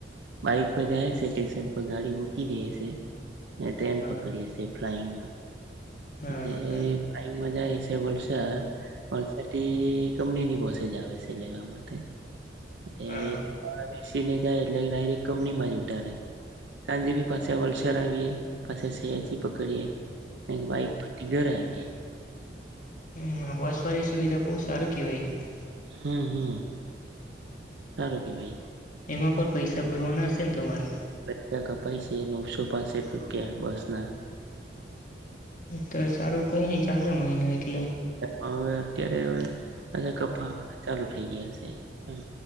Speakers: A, on the right (about 75°); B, on the left (about 45°).
A: બાઈક પર જાય છે સ્ટેશન પર ગાડી મૂકી દે શે ને ટ્રેન
B: હા
A: પકડીએ સે ફલાઈગમાં
B: હા
A: એટલે
B: હા
A: ફલાઈન્ગ મા જાયે એ છે વલસાડ વલસાડ થી કંપનીની બસ જ આવે શે લેવા માટે એ
B: હા
A: <inaudible> સીને જાય એટલે ડાયરેક્ટ કંપનીમાં જ ઉતારેે ત્યાંથી પણ પાછા વલસાડ આવીએ પાછા સયાજી પકડીએ બાઈક પરથી ઘરે આવીએ
B: હમ બસ વાળી સુવિધા બહુ સારું કેવાય
A: હમમમ હારું કેવાય
B: એમાં પણ પૈસા ભરવાના હશે ને તમારે
A: પૈસા કપાય શે નવસો પાસઠ રૂપિયા બસ ના
B: તો સારું કઈ નઈ ચાલે મહિનો એટલો
A: હવે અત્યારે હવે પાછા કપાવવાના ચાલુ થઇ ગયા છે એમ